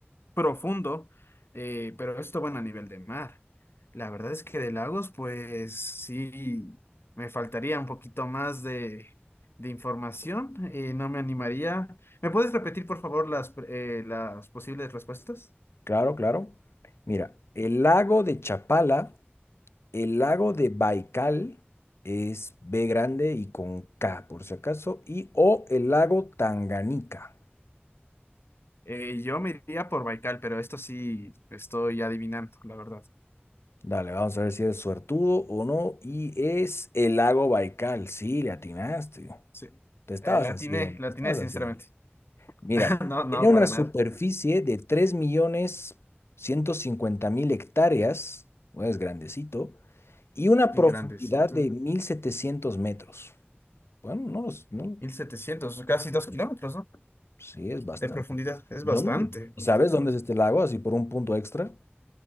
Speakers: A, on the left (about 70°); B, on the left (about 85°).
A: profundo, eh, pero esto, bueno, a nivel de mar. La verdad es que de lagos, pues sí, me faltaría un poquito más de, de información, eh, no me animaría. ¿Me puedes repetir, por favor, las, eh, las posibles respuestas?
B: Claro, claro. Mira, el lago de Chapala, el lago de Baikal es B grande y con K, por si acaso, y o el lago Tanganica.
A: Eh, yo me iría por Baikal, pero esto sí estoy adivinando, la verdad.
B: Dale, vamos a ver si eres suertudo o no. Y es el lago Baikal. Sí, le atinaste.
A: Sí.
B: Te estabas
A: Eh, la
B: haciendo,
A: atiné, la
B: te
A: atiné,
B: estabas
A: sinceramente.
B: haciendo. Mira,
A: <laughs> No, no,
B: tiene una
A: para
B: superficie
A: nada.
B: de tres millones ciento cincuenta mil hectáreas, bueno, es grandecito, y una
A: Qué
B: profundidad
A: grandecito.
B: de 1.700 metros. Bueno, no lo s- no,
A: mil setecientos casi dos kilómetros, ¿no?
B: sí, es bastante.
A: De profundidad. Es
B: ¿Dónde?
A: bastante, bastante,
B: ¿Y sabes dónde
A: bastante.
B: es este lago? Así por un punto extra.